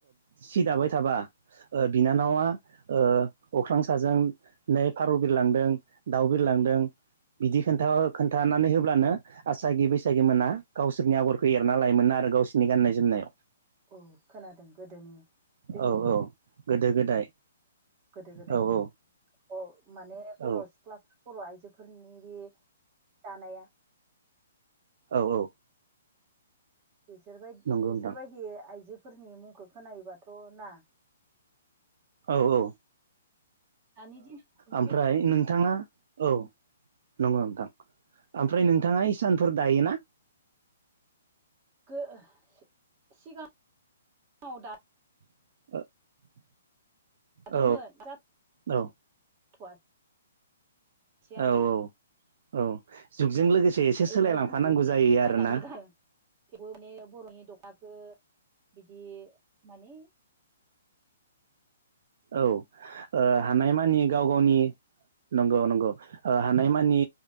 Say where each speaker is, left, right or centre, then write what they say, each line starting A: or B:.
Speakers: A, on the right; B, on the right.
A: सि दाबाय थाबा बिनानावा ओ अख्रां साजों नै फारौ बिर लांदों दाउ बिर लांदों बिदि खोनथा खोन्थानानै होब्लानो आसागि बैसागि मोना गावसोरनि आगरखौ एरना लायोमोन आरो गावसोरनि गाननाय जोमनायाव
B: औ खोनादों गोदोनि जोंनि
A: औ औ गोदो गोदाय
B: गोदो गोदायनि
A: औ औ
B: औ माने बर'
A: औ
B: सिख्लाफ्रा बर' आइजोफोरनि बे दानाया
A: औ औ
B: बिसोरबाय
A: नंगौ
B: बिसोरबायदि
A: नोंथां
B: आइजोफोरनि मुंखौ खोनायोबाथ' ना
A: औ औ ओ
B: दानि दिनावथ' बेबायदि
A: ओमफ्राय नोंथाङा औ नंगौ नोंथां ओमफ्राय नोंथाङा इसानफोर दायो ना?
B: सिगां सिगाङाव दा <unintelligible>
A: <unintelligible>
B: दादोंमोन
A: औ
B: दा गाथ'आै
A: औ
B: <unintelligible> सेयार
A: औ
B: ना
A: औ जुगजों लोगोसे एसे सोलायलांफानांगौ
B: ओरैनो दंथ'यो माने
A: जायो आरोना
B: बायनानै गार <unintelligible> थेवबो माने बर'नि दख'ना खौ बिदि माने
A: औ ओ हानायमानि गाव गावनि नंगौ नंगौ हानायमानि